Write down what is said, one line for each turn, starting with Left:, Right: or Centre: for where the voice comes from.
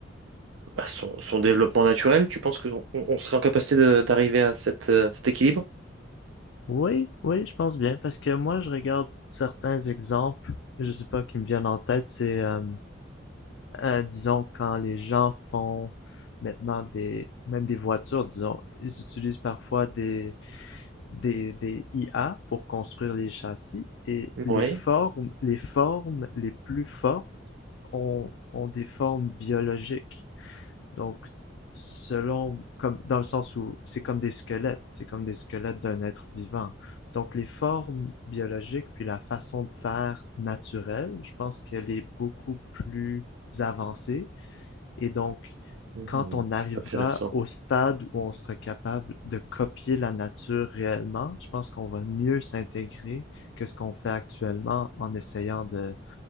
Right: bah, son, son développement naturel, tu penses qu'on on on serait en capacité de- d'arriver à cette, euh, cet équilibre?
Left: Oui, oui, je pense bien, parce que moi, je regarde certains exemples, je sais pas, qui me viennent en tête, c'est... euh, euh, disons, quand les gens font maintenant des, même des voitures, disons, ils utilisent parfois des, des, des IA pour construire les châssis et les
Right: Oui.
Left: formes, les formes les plus fortes ont, ont des formes biologiques. Donc, selon, comme, dans le sens où c'est comme des squelettes, c'est comme des squelettes d'un être vivant. Donc, les formes biologiques, puis la façon de faire naturelle, je pense qu'elle est beaucoup plus avancée et donc,
Right: Mhm.
Left: quand on arrivera
Right: Intéressant.
Left: au stade où on sera capable de copier la nature réellement, je pense qu'on va mieux s'intégrer que ce qu'on fait actuellement en essayant de,